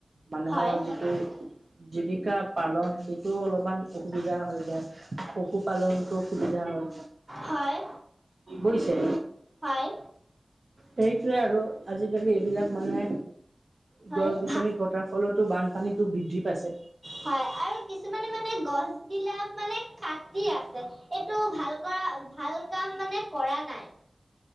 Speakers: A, on the right; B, on the right.
A: মানুহৰ
B: হয়
A: যিটো জীৱিকা পালন সেইটোও অলপ অকমান অসুবিধা হৈ যায়। পশুপালনতো অসুবিধা হয়।
B: হয়
A: বুইছে?
B: হয়
A: সেইটোৱে আৰু আজিকালি এইবিলাক মানে
B: হয়
A: গছ গছনি
B: ভা
A: কটাৰ ফলতো বানপানীটো বৃদ্ধি পাইছে।
B: হয় আৰু কিছুমানে মানে গছ বিলাক মানে কাটি আছে। এইটো ভাল কৰা ভাল কাম মানে কৰা নাই।